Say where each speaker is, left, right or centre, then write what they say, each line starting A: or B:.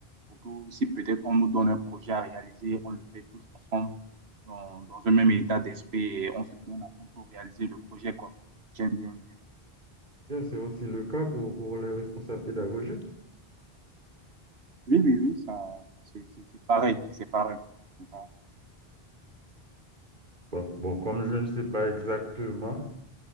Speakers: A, on the right; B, on the right.
A: Surtout si peut-être on nous donne un projet à réaliser, on le fait tous ensemble dans, dans un même état d'esprit et on se donne à fond pour réaliser le projet, quoi. J'aime bien. j'aime-
B: Bien, c'est aussi le cas pour, pour les responsables pédagogiques.
A: Oui, oui, oui, ça, c'est c'est- c'est pareil, c'est pareil, c'est
B: Bon, bon, comme je ne sais pas exactement